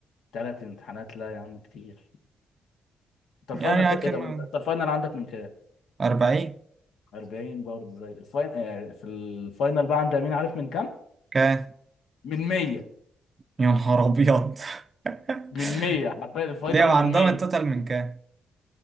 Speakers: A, on the left; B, on the right.
A: ثلاث امتحانات لا يا عم كتير انت الفاينل
B: يعني
A: كده
B: لكن
A: ايه ده انت أنت الفاينل عندك من كام
B: 40
A: 40 برضه زي الفاين آه في الفاينل بقى عند امين عارف من كام
B: كام
A: من 100
B: يا نهار أبيض <laughs>
A: من 100 حرفيا الفاينل
B: ليه وعندهم
A: من 100
B: التوتال من كام؟